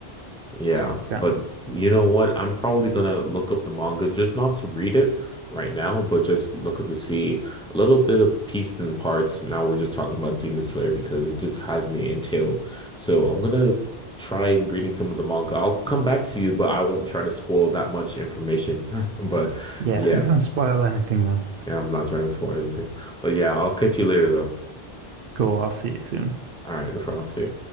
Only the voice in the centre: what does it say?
Yeah,
but you know what? I'm probably gonna look up the manga, just not to read it right now, but just look up to see a little bit of pieces and parts. Now we're just talking about Demon Slayer because it just has me entailed. So I'm gonna try reading some of the manga. I'll come back to you, but I won't try to spoil that much information. <laughs> But
yeah,
yeah, I'm not trying to spoil anything. But yeah, I'll catch you later though.
All right, no problem. See ya.